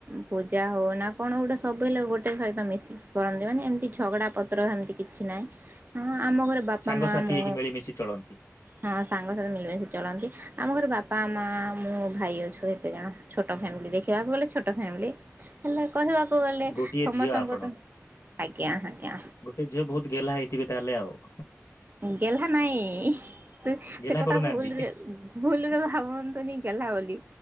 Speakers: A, on the right; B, on the left.
A: ପୂଜା ହଉ ନା କଣ ଗୋଟେ ସବୁଲେ ଗୋଟେ ସହିତ ମିଶିକି କରନ୍ତି ମାନେ ଏମିତି ଝଗଡା ପତ୍ର ଏମିତି କିଛି ନାହିଁ ହଁ। ଆମ ଘରେ ବାପା
B: ସାଙ୍ଗସାଥି
A: ମା ମୋ
B: ହେଇକି ମିଳିମିଶି ଚଳନ୍ତି
A: ହଁ ସାଙ୍ଗସାଥି ମିଳିମଶି ଚଳନ୍ତି। ଆମ ଘର ବାପା ମା ମୁଁ ଭାଇ ଅଛୁ ଏତେ ଜଣ ଛୋଟ ଫ୍ୟାମିଲି ଦେଖିବାକୁ ଗଲେ ଛୋଟ ଫ୍ୟାମିଲି ହେଲେ କହିବାକୁ। ଗଲେ
B: ଗୋଟିଏ
A: ସମସ୍ତଙ୍କୁ
B: ଝିଅ ଆପଣ
A: ତ ଆଜ୍ଞା ଆଜ୍ଞା
B: ଗୋଟଏ ଝିଅ ବହୁତ ଗେଲ୍ହା ହେଇଥିବେ ତାହେଲେ ଆଉ।
A: ଗେଲ୍ହା ନାଇଁ ସେ
B: ଗେହ୍ଲା
A: ସେ କଥା
B: କରୁନାହାନ୍ତି
A: ଭୁଲରେ ଭୁଲରେ ଭାବନ୍ତୁନି ଗେଲା ବୋଲି